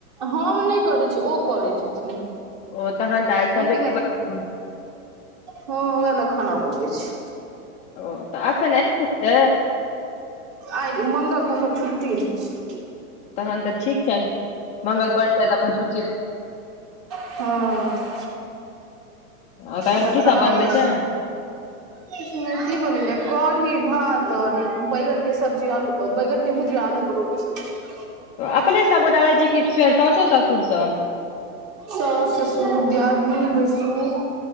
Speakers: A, on the right; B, on the left.
A: हम नहि करैत छी ओ करैत छथिन।
B: ओ ओत ताज
A: हुनके
B: सभ
A: लए
B: ब।
A: हँ उएह लए खाना बनबै छी।
B: ओ तऽ आक ने कुत।
A: आइ मङ्गलकेँ हुनकर छुट्टी रहै छैय।
B: तहन तऽ ठीक छनि मंगल करैत छथि अपन छुट्टी
A: हूँ
B: आ तखन
A: का
B: की
A: खाना
B: सब
A: बनबै
B: छै
A: छी। किछ नहि की बनेलेै कढ़ी भात आओर ई बैंगनके सब्जी आलू बैगन के भुजिया आलू परोर <unintelligible>
B: अपने सब गोटा रहै छी कि फर सउसो ससुर सब?
A: साउस ससुर दियादनी भैसुर।